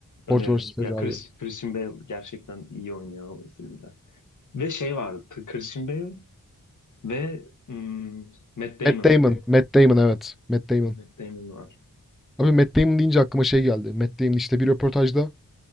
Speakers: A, in the centre; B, on the left.
A: Ford
B: Öneririm.
A: vs Ferrari'yi.
B: Ya Chris, Christian Bale gerçekten iyi oynuyor o filmde. Ve şey vardı. Christian Bale ve hmm, Matt Damon.
A: Matt Damon. Matt Damon evet. Matt Damon.
B: Matt Damon var.
A: Abi Matt Damon deyince aklıma şey geldi. Matt Damon işte bir röportajda